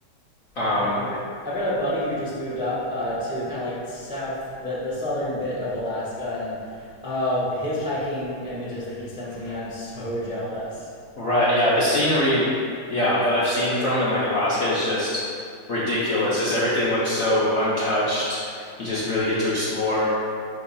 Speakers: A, on the left; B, in the centre.
A: Um
B: Yeah, I've, I've got a buddy who just moved up uh, to kind of like south, the, the southern bit of Alaska, and uh, his hiking images that he sends me, I'm so jealous.
A: Right. Yeah. The scenery, yeah, that I've seen from in like Alaska is just ridiculous. Just everything looks so untouched. You just really get to explore.